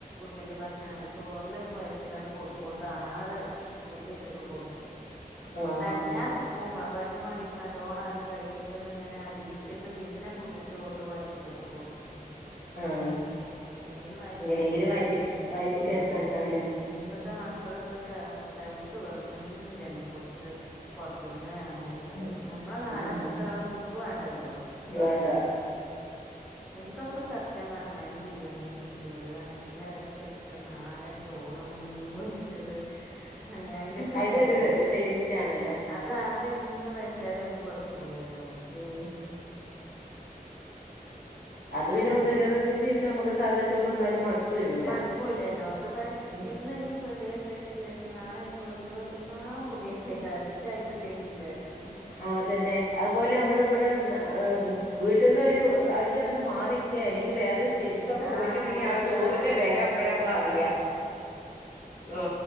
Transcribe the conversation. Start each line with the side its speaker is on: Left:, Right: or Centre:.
Centre: തില് ഭക്ഷണം ചോറ്ൽ കൊയ്ച്കാണ്ട് കൊട്ക്കും ഓള് കാണാതെ പൂത്യെച്ചൊക്കെ കൊട്ക്കും
Left: ആഹ്
Centre: തടഞ്ഞ തുപ്പും അപ്പ അയ്നും വേണ്ടീട്ട് നല്ലോണം ന് കൈയ്യേറ്റൊന്ന്ങ്ങനെ അലിയിച്ചിട്ട് പിന്നെ ഫുഡും ചോറിൽ കൊയ് ച്ചിട്ടൊക്കെ കൊട്ക്കും
Left: ആഹ്
Centre: എങ്ങനേലും വയറ്റിലായി
Left: എങ്ങനെയെങ്കിലും
Centre: ജാർച്
Left: വയറ്റി
Centre: <unintelligible>
Left: വയറ്റിക്ക്
Centre: ആഹ്
Left: എത്തണല്ലോ ഉം
Centre: ഇപ്പത്തെ മ ക്കളൊക്കെ ഒരു അവസ്ഥ ഓൽക്ക് വെറും ജങ്ക് ഫുഡ്സ് പൊർത്ത്ന്ന് അങ്ങനെ എ
Left: ഉം
Centre: നമ്മളെ നാടൻ
Left: ഉം
Centre: ഫുഡേളൊന്നു ഓൽക്ക് വാണ്ടല്ലോ
Left: വേണ്ട
Centre: ഇൻക്കൊക്കെ പ്പ സത്യം പർഞാല് ഈ ബിരിയാണി നെയ്ച്ചോറ് അങ്ങൻത്തെയ്ലേറൊക്കഷ്ടം നാടൻ ച് ചോറും മീൻ പൊരിച്ചത് അങ്ങെ അയിൻ്റൊക്കെ
Left: അയിനൊരു
Centre: ഒരു ഫാനാണ്
Left: ടേസ്റ്റ് ആണല്ലോ
Centre: അത അതെന്നും കഴിച്ചാലും നമുക്ക് വെർക്കൂലല്ലോ
Left: ഉം അത് പിന്നെ
Centre: അവിടെ
Left: മുന്നൂറ്റെഴുപത്തിയഞ്ച്
Centre: എങ്ങട്ടെന്നെ
Left: ദിവസം നമ്മക്ക് സാധാ ചോറ് ന്നാലും മടുപ്പ് വരൂല
Centre: മടുക്കൂല്ലല്ലോ ഇത്പോലെ
Left: ഉം
Centre: ഇന്ന് ഞ്ഞി <unintelligible> സ്പെഷ്യല് കഴിച്ച് നാളെ നമ്മക്ക് വെറും ചോറ് തിന്നാം പൂതിയായിട്ടേക്കാരം ഉച്ചായി കിട്ടിയെങ്കി വിചാരിക്കും
Left: ആ അതെന്നെ ഔപോലെ യമ്മളിവിടെ ന്ന ഏ വീട്ട്ന്നൊരു ആഴ്ചക്കെന്ന് മാറി ക്കെ അല്ലെങ്കി വേറൊരു
Centre: ഉം
Left: സ്റ്റേറ്റിക്കൊക്കെ
Centre: ആഹ്
Left: പോയിറ്റ്ണ്ടെങ്കി
Centre: പോയി
Left: ആഹ് ചോറിന്റെ
Centre: ആ നമ്മ
Left: വെല അപ്പഴ അമ്മൾ
Centre: അല്ല
Left: അറിയ ഉം ആ